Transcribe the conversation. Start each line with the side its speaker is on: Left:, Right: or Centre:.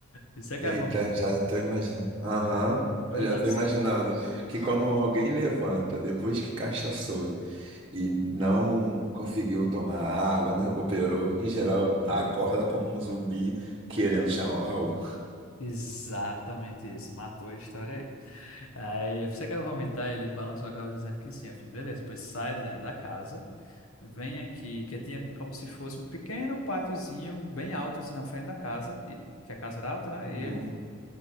Left: Você
Right: eita,
Left: quer vomitar?
Right: já tô imaginando. Aham,
Left: Pois
Right: já tô imaginando
Left: é,
Right: que quando alguém levanta, depois que cachaçou, e não conseguiu tomar água, não recuperou, em geral, acorda como um zumbi querendo chamar o Raul.
Left: Exatamente isso, matou a história aí. Aí você quer vomitar, ele balançou a cabeça dizendo que sim. Eu fiz, beleza, depois sai de dentro da casa, vem aqui, que tinha como se fosse um pequeno pátiozinho bem alto assim na frente da casa, e, que a casa era alta, né?
Right: Uhum.
Left: E ele,